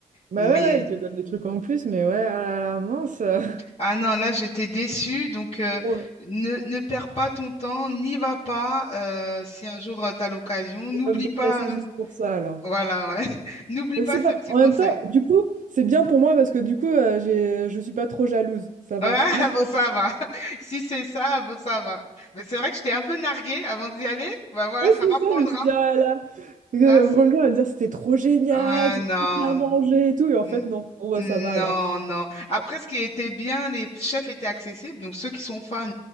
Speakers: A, on the right (about 55°); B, on the left (about 40°).
A: Bah
B: Mais,
A: ouais, ouais, ils te donnent des trucs en plus, mais ouais, ah là là, mince. <laughs>
B: ah non, là, j'étais déçue. Donc, euh,
A: Bon,
B: ne, ne perds pas ton temps, n'y va pas. euh, si un jour, tu as l'occasion, n'oublie
A: je vais pas me déplacer
B: pas. euh,
A: juste pour ça alors.
B: Voilà, ouais. <laughs> N'oublie
A: Mais
B: pas
A: c'est
B: ce
A: pas...
B: petit
A: En
B: conseil.
A: même temps, du coup, c'est bien pour moi parce que du coup, euh, j'ai... je suis pas trop jalouse, ça
B: Ouais,
A: va.
B: <laughs>
A: <laughs>
B: bon, ça va. <laughs> Si c'est ça, bon, ça va. Mais c'est vrai que j'étais un peu narguée avant d'y aller. Bah voilà,
A: Oui,
B: ça
A: c'est
B: m'apprendra.
A: ça, je me suis dit, ah là, là. elle
B: Ah,
A: va
B: c-
A: me revenir et me dire, c'était trop génial,
B: ouais,
A: j'ai
B: non,
A: trop bien mangé et tout. Et en
B: N-
A: fait, non, bon, bah,
B: non,
A: ça va alors.
B: non. Après, ce qui était bien, les chefs étaient accessibles. Donc, ceux qui sont fans,